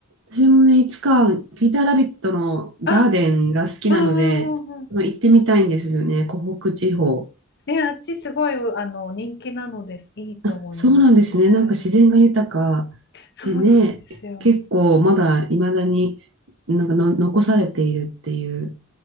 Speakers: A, on the right; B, on the left.
A: 私もね、いつか、ピーター・ラビットのガーデンが好きなので、
B: あ、うんうんうんうん。
A: あの行ってみたいんですよね、湖北地方。
B: ね、あっちすごいあの人気なのです。いいと思いますね。
A: あ、そうなんですね。なんか自然が豊か
B: そうなんですよ。
A: でね、結構まだ未だになんかの残されているっていう